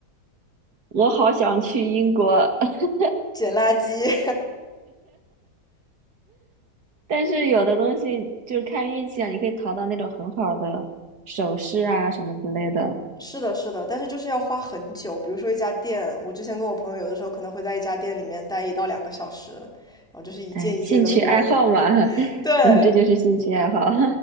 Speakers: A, on the right; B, in the centre.
A: 我好想去英国。<laughs>
B: 捡垃圾，
A: 但是有的东西就是看运气啊，你可以淘到那种很好的首饰啊什么之类的。
B: <laughs> 是的，是的，但是就是要花很久。比如说一家店，我之前跟我朋友有的时候可能会在一家店里面待一到两个小时，然后就是一件一件的摸。
A: 哎，兴趣爱好嘛，<laughs>
B: <laughs> 对，
A: 嗯，这就是兴趣爱好。<laughs>